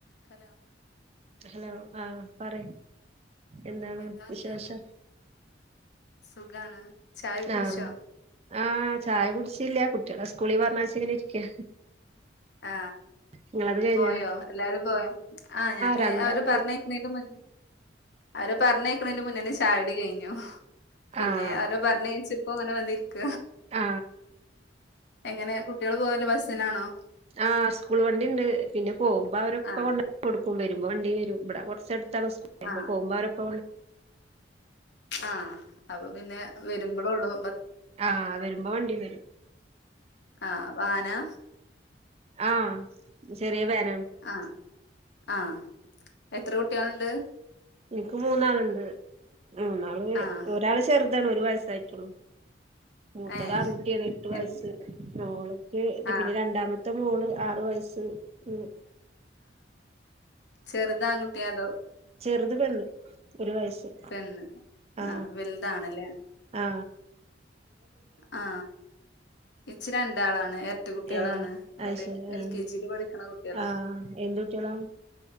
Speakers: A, on the left (about 70°); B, on the right (about 35°).
A: Hello?
B: Hello ആ പറ എന്താണ്
A: എന്താ വർത്താനം
B: വിശേഷം?
A: സുഖാണ്. ചായ കുടിച്ചോ
B: ആഹ് ആഹ് ചായ കുടിച്ചില്ല കുട്ടി കുട്ടികള സ്കൂളിൽ പറഞ്ഞച്ച ഇങ്ങനെ ഇരിക്കാ.
A: ആ.
B: നിങ്ങളത് കഴിഞ്ഞാ
A: പോയോ എല്ലാരും പോയോ ആഹ് ഞാന്
B: രണ്ടാള്
A: അവര്
B: പോയി
A: പറഞ്ഞേക്കണേ ക്കും മു അവരെ പറഞ്ഞക്കണതിന്റെ മുന്നന്നെ ചായകുടി കഴിഞ്ഞു പിന്നെ
B: ആഹ്
A: അവരെ പറഞ്ഞഴച്ചു ഇപ്പോങ്ങനെ വന്നിരിക്ക.
B: ആ.
A: എങ്ങനെ കുട്ടികള് പോവല് ബസ്സിനാണോ?
B: ആ് സ്കൂൾ വണ്ടി ഇണ്ട് പിന്നെ പോകുമ്പോ അവരെ ഉപ്പ
A: ആഹ്
B: കൊണ്ടാക്കി കൊടുക്കും വരുമ്പോ വണ്ടി വരും ഇവിടെ കുറച്ചടുത്ത്
A: ആഹ്
B: പോ <unintelligible> കുമ്പോ അവരൊപ്പ
A: ആ അപ്പൊ പിന്നെ വരുമ്പോളൊ ള്ളു
B: ആ വരുമ്പോ വണ്ടി വരും.
A: ആവാനാ
B: ആ ചെറിയ വേൻ
A: ആ ആ എത്ര കുട്ട്യാളുണ്ട്
B: നിക്ക് മൂന്നാളുണ്ട് മൂന്നാള്
A: ആഹ്
B: ഒരാള് ചെറ് ഒരു വയസായിട്ടുള്ളൂ മൂത്തത്
A: ഏഹ്
B: ആൺകുട്ടിയാണ് എട്ടു വയസ്സ്
A: എൻ
B: മോള് <unintelligible>
A: ആഹ്
B: പിന്നെ രണ്ടാമത്തെ മോള് ആറ് വയസ്സ് ഉം
A: ചെറ്താങ്കുട്ടിയാതോ
B: ചെറ്ത് പെണ്ണ് ഒരു വയസ്സ്
A: പെണ്ണ്
B: ആ
A: ആഹ് വലുതാണല്ലേ
B: ആആ
A: ആ ഇച്ച് രണ്ടാളാണ് എര് രട്ട കുട്ട്യളാണ്
B: ഏഹ് അത്
A: ഒല്
B: ശരി
A: എൽ
B: ആഹ്
A: കെ ജി ക്ക് പഠിക്കണ കുട്ട്യളാണ്
B: ആഹ് എന്ത് കുട്ടികളാ